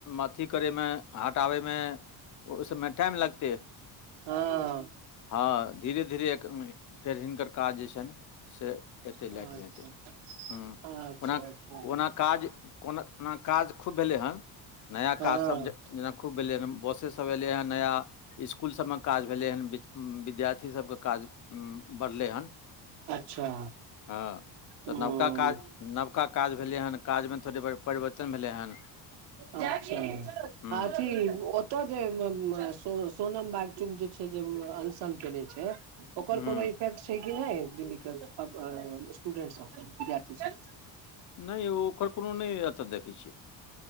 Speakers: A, on the left; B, on the right.
A: अथी करयमे हटआबैमे, ओहिसमे टाइम लगतै।
B: हँ।
A: हँ। धीरे -धीरे फेर हिनकर काज जे छनि से। एत लाइटमे
B: अच्छा
A: एत, ह
B: अच्छा अच्छा
A: ओ ना काज कोनाना काज खूब भेलै हेँ। नया
B: हँ
A: काजसभ जे जेना खूब भेलै हन, बसे सभ एलयै हेन नया। स्कूल सबमे काज भेलै हँ, बि विद्यार्थी सबके काज बढ़लै हँ।
B: अच्छा!
A: हँ।
B: ह
A: तऽ नवका काज नवका काज भेलै हन, काजमे थोड़ेड़ परिवर्तन भेलै हन।
B: अथी
A: हूँ
B: ओत <unintelligible> ओत जे सोनम बाग चूग जे छै, जे अनशन करे छै। ओकर
A: हूँ
B: कोनो इफेक्ट छै कि नहि दिल्लीके अऽब आ स्टूडेंट सबके विद्यार्थी सब- -
A: नेई यो ओकर कोनो नहि एतऽ देखै छियै।